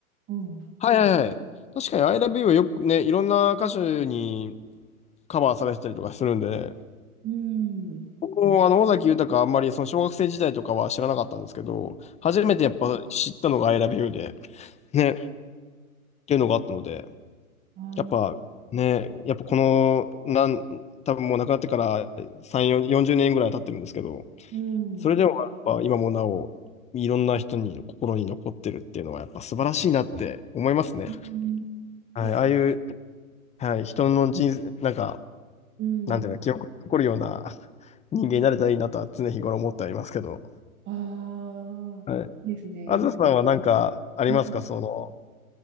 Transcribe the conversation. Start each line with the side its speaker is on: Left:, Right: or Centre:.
Right: うん。
Left: はいはいはい。確かに I love you はよくね、いろんな歌手にカバーされてたりとかするんでね、
Right: うん。
Left: 僕もあの尾崎豊あんまりその小学生時代とかは知らなかったんですけど、初めてやっぱ知ったのが I love you で、ね、っていうのがあったので、
Right: ああ、
Left: やっぱね、やっぱこの、なん、多分もう亡くなってから3、4 40年ぐらい経ってるんですけど、
Right: うん。
Left: それでもやっぱ今もなお、いろんな人に心に残ってるっていうのはやっぱ素晴らしいなって思いますね。
Right: うん。
Left: はい、
Right: あ、
Left: ああいう、はい、人の人生、なんか、
Right: うん。
Left: なんていうの、記憶に残るような人間になれたらいいなとは常日頃思ってはいますけど。
Right: ああ、
Left: はい
Right: いいですね。
Left: あずさんはなんかありますかその、
Right: うん